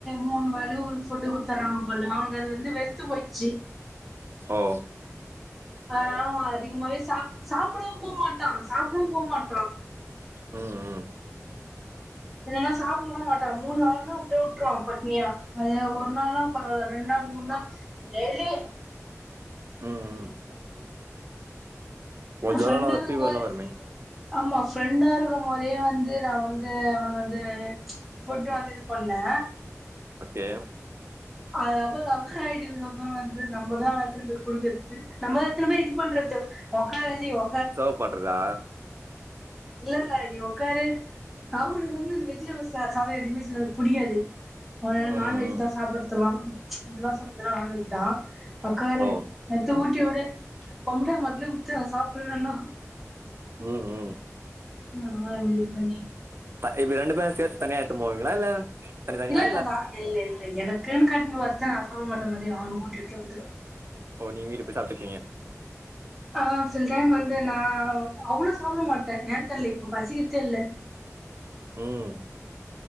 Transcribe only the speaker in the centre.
மூணு வேலயு ஒரு ஃபுட்டு குடுத்துர்றாங்க போல அவனுக்கு அது வந்து வெறுத்து போயிச்சு
அதனால அவ அதிகமாவே சாப் சாப்டவு போ மாட்டா ‌ சாப் டவு போ மாட்
இல்லனா சாப்ட விட மாட் டா மூணு வேலனா அப்டியே விட்டுருவா பட்னியா அது ஒரு நால்னா பரவால ரெண்டு நாள் மூணு நாள் டெய்லி
ஃப்ரெண்டா
இருக்கும்
போது
ஆமா ஃப்ரெண்டா இருக்கும் போதே வந்து நா வந்து அவனுக்கு வந்து ஃபுட் வந்து இது பண்ணே
அதுக்கப்புறலா ஆயிட்டதுக்கு அப்புறோ வந்து த நம்ம தா எடுத்துனு போய் குடுக்குறது நம்ப எத்துனு போய் இது பண்றது அ கலைலயே வா
இல்ல இல்ல நீ உக்காரு அவனுக்கு வந்து வெஜிடபிள் சா சாதம் எதுவுமே சிலது புடிகாது அவ நான்வெஜ்
தா சாப்ரத்தலா இதுவா சாப்பத்துலா நான்வெஜ் தா ஒக்காரு
நத்த ஊட்டி விடு கொமட்டா மட்ல குத்துவே சாப்பலனா
ஆ இப்டி இது பண்ணி
இல்ல இல்ல நா இ இங் எனக்குன்னு கட்டினனு வருத நா சொல்ல மாட்டே மதியம் அவனுகு ஊட்டி விட்டு வந்துருவே
ஆஹ் சில டைம் வந்து நா அ அவ்ளோ சாப்ட மாட்ட ஏ தெர்ல இப்ப பசிகர்தே இல்ல